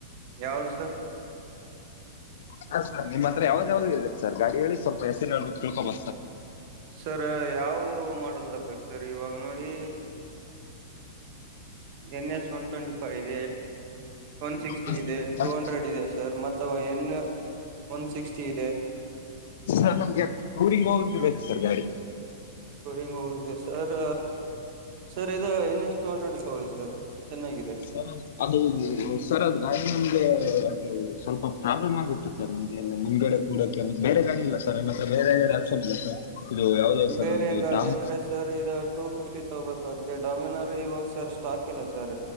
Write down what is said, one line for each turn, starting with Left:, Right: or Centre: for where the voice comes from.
Right: ಯಾರ ಸರ್
Left: ಹ ಸರ್ ನಿಮ್ಮ ಹತ್ರ ಯಾವ್ದ್ ಯಾವ್ದು ಇದೆ ಸರ್ ಗಾಡಿ ಹೇಳಿ ಸ್ವಲ್ಪ ಹೆಸರು ತಿಳ್ಕೊ <inaudible>
Right: ಸರ್ ಯಾವ ಮಾಡ ಸರ್ ಇವಾಗ ನೋಡಿ N S one twenty five ಇದೆ ಒನ್ ಸಿಕ್ಸ್ಟಿ
Left: ಹಾಂ
Right: ಇದೆ ಟೂ
Left: ಸರ್
Right: ಹಂಡ್ರೆಡ್ ಇದೆ ಸರ್ ಮ ಎನ್ ಒನ್ ಸಿಕ್ಸ್ಟಿ ಇದೆ
Left: ಸರ್ ನಮ್ಗೆ ಟಊರಿಂಗ ಹೋಗಕ್ಕೆ ಬೇಕು ಸರ್ ಗಾಡಿ
Right: ಸರಿಂಗ ಹೋಗಗೆ ಸರ್ ಸರ್ ಇ ಇನ್ನಷ್ಟು ಅಂಡ್ರೆಡ್ ತಗೊಳ್ಳಿ ಸರ್ ಚೆನ್ನಾಗಿದೆ
Left: ಸರ್ ಅದು ಸರ್ ಅದ್ ಗಾಡಿ ನಮ್ಗೆ ಅದು ಸ್ವಲ್ಪ ಪ್ರಾಬ್ಲಮ್ ಆಗುತ್ತೆ ಸರ್ ನಮ್ಗೆ ಎಲ್ಲ ಮುಂದ್ಗಡೆ ಕೂಡಕೆ ಅಂದ ಬೇರೆ ಗಾಡಿ ಇಲ್ಲ ಸರ್ ತ್ರ ಬೇರೆ ಗಡೆ ಆಸರ್ ಇಲ್ಲ ಸರ್ ಇದು ಯಾವ್ದು ಸರ್
Right: ಬೇರೆ
Left: ಅದು
Right: ಗಾಡಿ
Left: ಡಾಮ್
Right: ಅಂದ್ರೆ ಸರ್ ಇ ಟು ಫಿಫ್ಟಿ ೋಗಬೇಕತ್ತೆ ಡಾಮಿನರ ಇವಾಗ ಸರ್ ಸ್ಟಾಕ್ ಎಲ್ಲ ಸರ್